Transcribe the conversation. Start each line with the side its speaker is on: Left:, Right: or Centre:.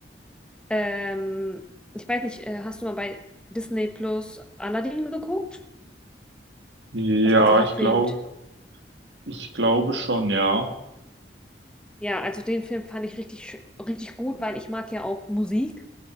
Centre: Ähm, ich weiß nicht, äh, hast du mal bei Disney Plus Aladdin geguckt?
Right: Ja,
Centre: Das wurde so verfilmt.
Right: ich glaube, ich glaube schon, ja.
Centre: Ja, also den Film fand ich richtig, sch- richtig gut, weil ich mag ja auch Musik.